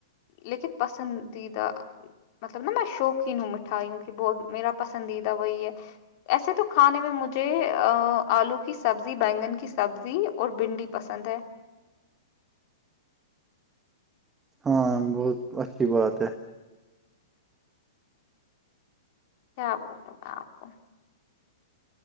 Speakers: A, on the left; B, on the right.
A: لیکن پسندیدہ مطلب نا میں شوقین ہوں میٹھائیوں کی بہت میرا پسندیدہ وہی ہے ایسے تو کھانے میں مجھے آلو کی سبزی بینگن کی سبزی اور بھنڈی پسند ہے
B: ہاں بہت اچھی بات ہے
A: کیا بولوں آپ کو